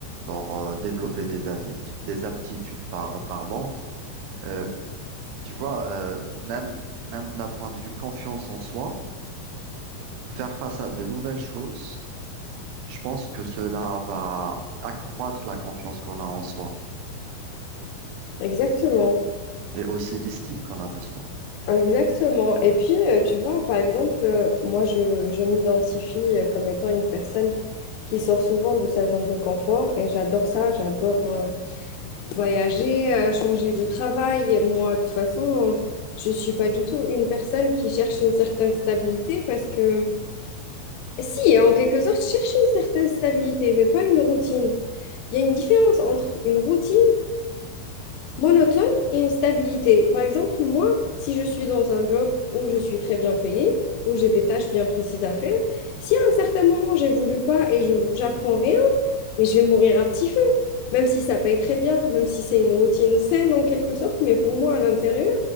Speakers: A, on the right; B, on the left.
A: genre euh, développer des habitu- des aptitudes, par, euh, pardon. Euh, tu vois, euh, même, même d'un point de vue confiance en soi, faire face à de nouvelles choses, je pense que cela va accroître la confiance qu'on a en soi.
B: Exactement,
A: et aussi l'estime qu'on a de soi.
B: exactement. Et puis, euh, tu vois, par exemple, euh, moi, je, je m'identifie euh, comme étant une personne qui sort souvent de sa zone de confort et j'adore ça, j'adore euh, voyager, euh, changer de travail. Moi, de toute façon, je suis pas du tout une personne qui cherche une certaine stabilité parce que, si, hein, en quelque sorte, je cherche une certaine stabilité, mais pas une routine. Il y a une différence entre une routine monotone et une stabilité. Par exemple, moi, si je suis dans un job où je suis très bien payée, où j'ai des tâches bien précises à faire, si à un certain moment j'évolue pas et je j'apprends rien, mais je vais mourir à petit feu, même si ça paye très bien, même si c'est une routine saine en quelque sorte, mais pour moi à l'intérieur,